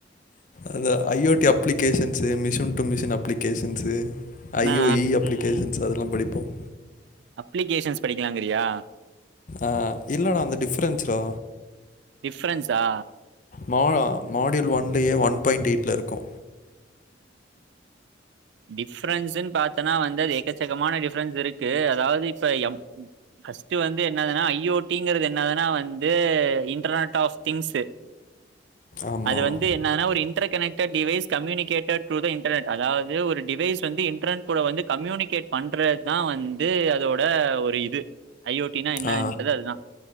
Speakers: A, on the left; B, on the right.
A: அந்த I O T applications machine to machine applications ஐ
B: நா
A: ஓ இ அப்ளிகேஷன்ஸ் அதெ எல்லாம் படிப்போம்
B: அப்ளிகேஷன்ஸ் படிக்கலாங்கிறியா
A: ஆஹ் இல்லடா அந்த டிஃப்ரென்ஸ்டா
B: டிஃப்ரென்ஸா
A: மா மாடியூல் ஒன்லயே ஒன் பாயிண்ட் எயிட்ல இருக்கு
B: டிஃப்ரென்ஸ்ன்னு பாத்தன்னா வந்து அது எக்கச்சக்கமான டிஃப்ரென்ஸ் இருக்கு அதாவது இப்ப எம் ஃபர்ஸ்ட் வந்து என்னதுன்னா ஐ ஓ டி ங்கறது என்னதுன்னா வந்து இன்டர்நெட் ஆஃப் திங்ஸ்
A: ஆமாம்
B: அது வந்து என்னதுனா ஒரு interconnected device communicated to the internet அதாவது ஒரு டிவைஸ் வந்து இன்டர்நெட்கூட வந்து கம்யூனிகேட்பண்றது தா வந்து அதோட ஒரு இது ஐ ஓ டினா என்ன
A: ஆ
B: என்பது அதுதான்